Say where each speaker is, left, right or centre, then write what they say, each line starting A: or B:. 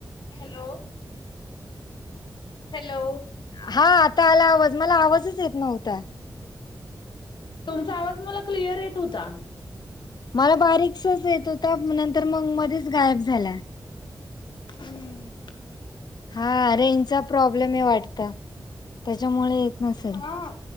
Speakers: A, on the left (about 85°); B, on the left (about 65°).
A: hello hello
B: हा आता आला आवाज मला आवाजच येत नव्हता
A: तुमचा आवाज मला क्लिअर येत हुता.
B: मला बारीकसाच येत होता नंतर मंग मध्येच गायब झाला.
A: हम्म
B: हा रेंजचा प्रॉब्लेम आहे वाटत त्याच्यामुळे नसेल
A: हा